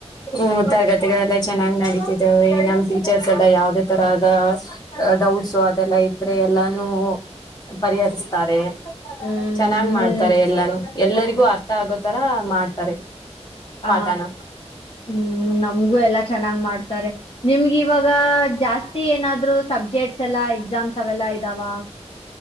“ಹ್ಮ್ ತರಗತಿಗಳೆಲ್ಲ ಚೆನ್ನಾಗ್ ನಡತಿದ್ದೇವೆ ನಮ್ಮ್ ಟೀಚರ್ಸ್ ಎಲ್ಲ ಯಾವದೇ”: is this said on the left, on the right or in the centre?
Left